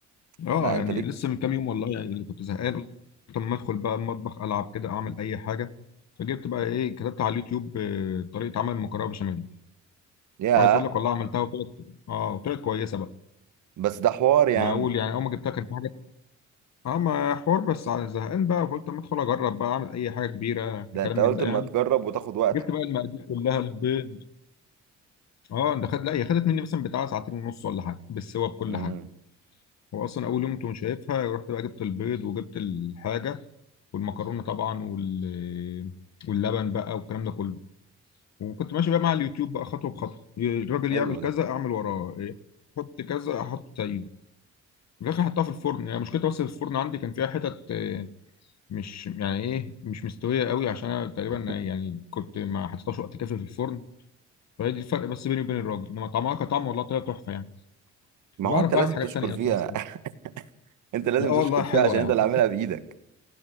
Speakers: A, on the left (about 60°); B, on the right (about 75°).
A: اه
B: لا
A: يعني
B: انت ليك
A: لسه من كام يوم والله يعني اللي كنت زهقان قلت طب ما ادخل بقى المطبخ العب كده اعمل اي حاجة فجبت بقى ايه كتبت على اليوتيوب آه، طريقة عمل المكرونة بشاميل
B: ياه
A: وعايز اقول لك والله عملتها وطلعت اه وطلعت كويسة بقى
B: بس ده حوار يا
A: يعني
B: عم
A: اول يعني اول ما جبتها كان في حاجة اه ما حوار بس ع- زهقان بقى فقلت اما ادخل اجرب بقى اعمل اي حاجة كبيرة
B: ده
A: كلام
B: انت
A: من
B: قلت
A: ده
B: اما
A: يعني
B: تجرب وتاخد وقتك
A: جبت بقى المقادير كلها البيض اه ده خد لا هي خدت مني مثلا بتاع ساعتين ونص ولا حاجه بالسوا بكل
B: امم
A: حاجه هو اصلا اول يوم كنت مش شايفها رحت بقى جبت البيض وجبت الحاجه والمكرونه طبعا وال واللبن بقى والكلام ده كله وكنت ماشي بقى مع اليوتيوب بقى خطوه بخطوه الراجل
B: حلو
A: يعمل كذا
B: ده
A: اعمل وراه إيه، حط كذا احط زيه في الاخر حطها في الفرن يعني مشكلتها بس في الفرن عندي كان فيها حتت آه، مش يعني ايه مش مستويه قوي عشان انا تقريبا
B: <laughs>
A: يعني كنت ما حطيتهاش وقت كافي في الفرن فهي دي الفرق بس بيني وبين الراجل انما طعمها كطعم والله طلع تحفه يعني
B: ما
A: وبعرف
B: هو انت
A: بعمل
B: لازم
A: حاجات
B: تشكر
A: تانية
B: فيها
A: أساسا
B: <laughs> انت لازم
A: لا والله
B: تشكر فيها
A: حلوة
B: عشان
A: يا
B: انت
A: عم
B: اللي عاملها بايدك